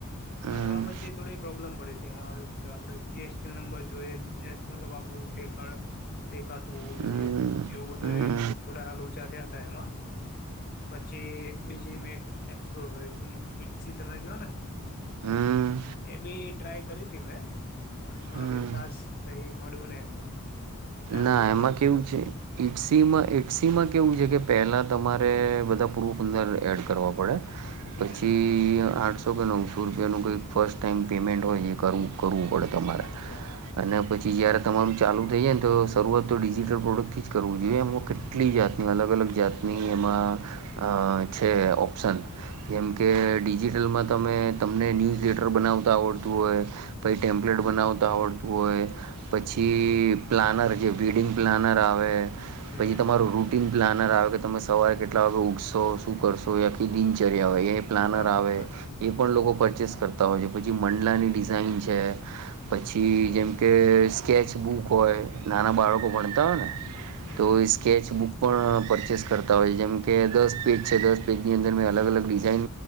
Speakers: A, on the right (about 85°); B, on the left (about 45°).
A: હમ
B: પણ એમાં પછી થોડી પ્રોબ્લેમ પડે છે જેમાં આપડે જીએસટી નંબર જોઈએ બિઝનેસ મતલબ આપડું દેખાડ દેખાતું હોવું
A: હમ
B: જોઈએ એવું
A: હમ
B: બધું થોડા લોચા થયા હતા એમાં પછી એક બીજી મેં એક એસોપથી ઈછી તમે કવા ને
A: હમ
B: એ બી ટ્રાય કરી હતી મેં પણ એમાં
A: હમ હમ
B: ખાસ કઈ મળું ન એમાં ચાલતું
A: ના
B: હતું
A: એમાં
B: એમ
A: કેવું છે ઈટસીમાં ટસી માં કેવું છે કે પહેલાં તમારે બધા પ્રૂફ અંદર એડ કરવા પડે પછી
B: હમ
A: આઠ તો કે નવસો રૂપિયાનું કઈક ફર્સ્ટ ટાાઈમ પેમેન્ટ હોય એ કરવું કરવું પડે
B: અચ્છા
A: અને પછી કે જય્યારે તમાું ચાલુ થઈ જાય ને તો શરૂઆત તો ડિજિટલ પ્રોડક્ટથી જ કરવું જોઈએ એમાંમાં કેટલી જાતની અલગ અલગ જાતની એમાં છે ઓપ્શન જેમ કે ડિજિટલમાં તમે તમને ન્યૂઝ લેટર બનાવતા આવડતું હોય પઈ ટેમ્પલેટ બનાવતા આવડતું હોય પછી પ્લાનર જે વેડિંગ પ્લાનર આવે
B: હમ
A: પછી તમારું રૂટીન પ્લાનર આવે તમે સવારે કેટલા વાગે ઉઠશો શું કરશો આખી દિનચર્યા હોય એ એ પ્લાનર
B: બરોબર
A: આવે એ પણ લોકો પરચેસ કરતા હોય છે પછી મંડલાની ડિઝાઇન છે પછી
B: અચ્છા
A: જેમ કે સ્કેચ બુક હોય નાના બાળકો ભણતા હોય ને
B: હમ
A: તો સ્કેચ બુક પણ પરચેસ કરતા હોય જેમ કે દસ પેજ છે દસ પેજની અંદર મેં અલગ અલગ ડિઝાઇન